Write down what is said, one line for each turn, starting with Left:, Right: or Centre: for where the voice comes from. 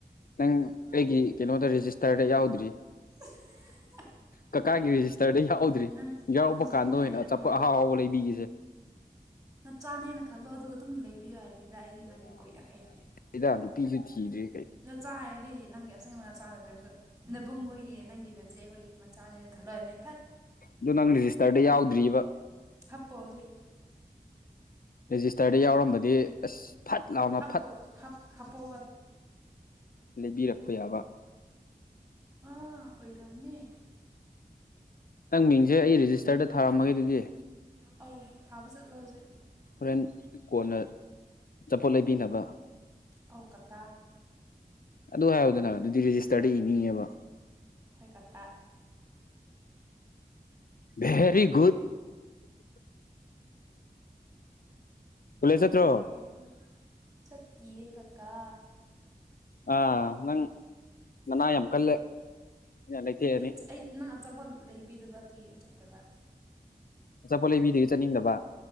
Left: ꯅꯪ ꯑꯩꯒꯤ ꯀꯩꯅꯣꯗ ꯔꯦꯖꯤꯁꯇꯔꯗ ꯌꯥꯎꯗ꯭ꯔꯤ
Right: <unintelligible>
Left: ꯀꯀꯥꯒꯤ ꯔꯦꯖꯤꯁꯇꯔꯗ ꯌꯥꯎꯧꯗ꯭ꯔꯤ
Right: ꯅꯪ
Left: ꯌꯥꯎꯔꯛꯕ
Right: ꯅꯪꯁꯤꯗꯤ
Left: ꯀꯥꯟꯗ
Right: ꯗꯥꯏꯔꯦꯛꯅꯦ
Left: ꯑꯣꯏꯅ ꯆꯞꯄ ꯑꯍꯥꯎ ꯑꯍꯥꯎꯕ ꯂꯩꯕꯤꯒꯁꯦ
Right: ꯅꯆꯥꯅꯦꯅ ꯈꯜꯂꯣ ꯑꯗꯨꯒ ꯑꯗꯨꯝ ꯂꯩꯕꯤꯌꯨ ꯍꯥꯏꯕꯅꯤꯗ ꯑꯩꯗꯤ ꯅꯪꯒꯤ ꯀꯣꯏ ꯑꯍꯦꯅꯤ
Left: ꯏꯗ ꯅꯨꯄꯤꯁꯨ ꯊꯤꯔꯤ
Right: ꯅꯆꯥ ꯍꯥꯏꯔꯗꯤ ꯅꯪꯒꯤ ꯑꯁꯦꯡꯕ ꯅꯆꯥ ꯅꯗ꯭ꯔꯁꯨ ꯅꯦꯕꯨꯡꯈꯣꯏꯒꯤ ꯅꯪꯒꯤ ꯅꯆꯦꯈꯣꯏꯒꯤ ꯆꯥꯂꯦꯅ ꯈꯜꯂꯣꯕꯅꯦ ꯊꯠ
Left: ꯑꯗꯨꯗꯣ ꯅꯪ ꯔꯦꯖꯤꯁꯇꯔꯗ ꯌꯥꯎꯗ꯭ꯔꯤꯕ
Right: ꯍꯥꯄ ꯍꯧꯖꯤꯛ
Left: ꯔꯦꯖꯤꯁꯇꯔꯗ ꯌꯥꯎꯔꯝꯕꯗꯤ ꯑꯁ ꯐꯠ ꯂꯥꯎꯅ
Right: ꯍꯞꯄꯨ
Left: ꯐꯠ
Right: ꯍꯞ ꯍꯞꯄꯗꯨ
Left: ꯂꯩꯕꯤꯔꯛꯄ ꯌꯥꯕ
Right: ꯑ ꯑꯣꯏꯔꯝꯅꯦ
Left: ꯅꯪ ꯃꯤꯡꯁꯦ ꯑꯩ ꯔꯦꯖꯤꯁꯇꯔꯗ ꯊꯥꯔꯝꯃꯒꯦ ꯑꯗꯨꯗꯤ
Right: ꯑꯧ ꯐꯥꯕ ꯆꯠꯂꯣ ꯍꯧꯖꯤꯛ
Left: ꯍꯣꯔꯦꯟ ꯀꯣꯟꯅ ꯆꯄꯣꯠ ꯂꯩꯕꯤꯅꯕ
Right: ꯀꯣꯜꯀꯇꯥ
Left: ꯑꯗꯨ ꯍꯥꯏꯔꯣꯗꯅ ꯑꯗꯨꯗꯤ ꯔꯦꯖꯤꯁꯇꯔꯗ ꯏꯅꯤꯡꯉꯦꯕ
Right: ꯍꯈꯣꯏ ꯀꯀꯥ
Left: ꯚꯦꯔꯤꯒꯨꯗ ꯀꯣꯂꯦꯖ ꯆꯠꯇ꯭ꯔꯣ
Right: ꯑꯣ ꯍꯣ ꯍꯣ ꯁꯇꯦ ꯀꯀꯥ
Left: ꯑ ꯅꯪ ꯅꯅꯥ ꯌꯥꯝꯝ ꯀꯜꯂꯦ ꯑꯩꯅ ꯂꯩꯊꯦꯛꯑꯅꯤ
Right: ꯑꯩ ꯑꯩ ꯅꯪ ꯑꯆꯥꯄꯣꯠ ꯂꯩꯕꯤꯗꯕ ꯑꯗꯨꯒꯤ ꯑꯩ ꯆꯠꯇꯕ
Left: ꯑꯆꯥꯄꯣꯠ ꯂꯩꯕꯤꯗꯦ ꯆꯠꯅꯤꯡꯗꯕ